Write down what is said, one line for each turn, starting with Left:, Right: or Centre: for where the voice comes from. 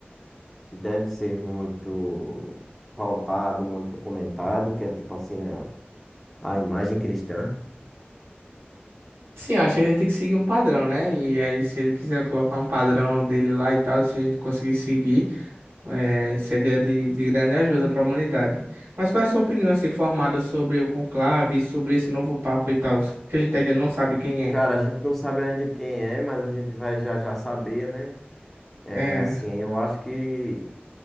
Centre: que deve ser muito pautado, muito comentado, que é tipo assim, a, a imagem cristã?
Right: Sim, eu acho que a gente tem que seguir um padrão, né? E aí, se ele quiser colocar um padrão dele lá e tal, se a gente conseguir seguir, eh, seria de, de grande ajuda para a humanidade. Mas qual é a sua opinião, assim, formada sobre o conclave, sobre esse novo Papa e tal, que a gente ainda não sabe quem é,
Centre: Cara, a gente não sabe ainda quem é, mas a gente vai já já saber, né? É
Right: eh,
Centre: assim, eu acho que,